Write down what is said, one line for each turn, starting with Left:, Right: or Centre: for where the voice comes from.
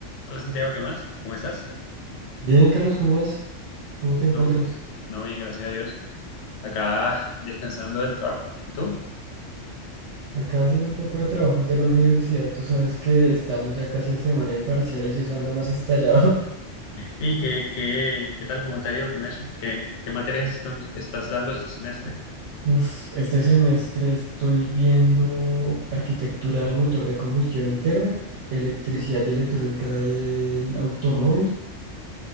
Left: Hola Santiago, ¿qué más? ¿Cómo estás?
Right: Bien, Carlos, ¿cómo vas? ¿Cómo te encuentras?
Left: No, no, bien, gracias a Dios. Acá descansando del trabajo. ¿Y tú?
Right: Acá haciendo un poco de trabajos de la universidad. Tú sabes que estamos ya casi en semana de parciales y eso ando más estallado.
Left: ¿Y qué, qué, qué tal? ¿Cómo te ha ido con eso? ¿Qué, qué materias están- estás dando este semestre?
Right: <laughs> Uf, este semestre estoy viendo arquitectura del motor de combustión interna, electricidad y electrónica del automóvil.